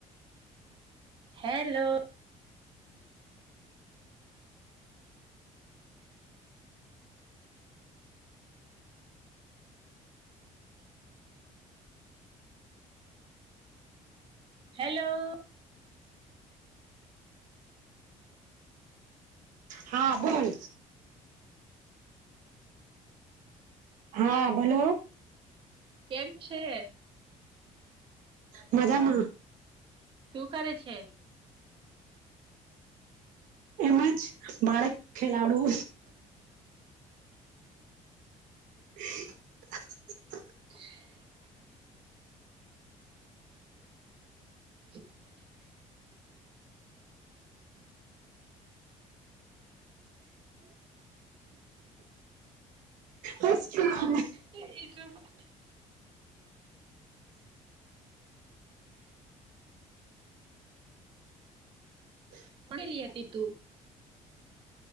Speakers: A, on the right; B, on the right.
A: હેલો! હેલો,
B: હા બોલ? હા બોલો?
A: કેમ છે
B: મજમાં.
A: શું કરે છે.?
B: એમજ બાળક ખેલાડુ. હ.
A: <inaudible> હ.
B: આજ કે. <inaudible>
A: એજું. <inaudible>
B: હ.
A: લ <inaudible> આતી તું.?